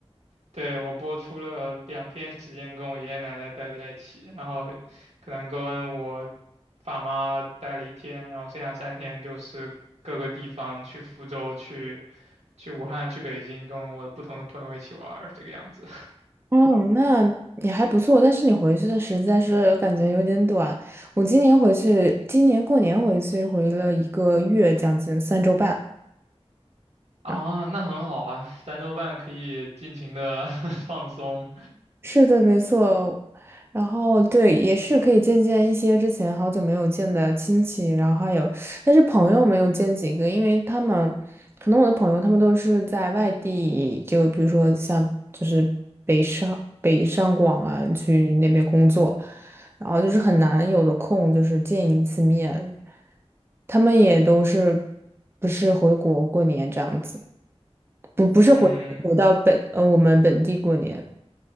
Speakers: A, on the right; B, on the right.
A: 对，我播出了两天时间跟我爷爷奶奶待在一起，然后可能跟我爸妈待了一天，然后剩下三天就是各个地方去福州、去去武汉、去北京，跟我不同的朋友一起玩儿，这个样子。
B: 哦，那也还不错，但是你回去的实在是感觉有点短。我今年回去，今年过年回去回了一个月，将近三周半。
A: 啊，
B: 然后。
A: 那很好啊，三周半可以尽情的 <laughs> 放松。
B: 是的，没错。然后对，也是可以见见一些之前好久没有见的亲戚，然后还有，但是朋友没有见几个，因为他们可能我的朋友他们都是在外地，就比如说像就是北上北上广啊，去那边工作，然后就是很难有的空就是见一次面，他们也都是不是回国过年这样子，不不是回回到本呃我们本地过年。
A: 嗯，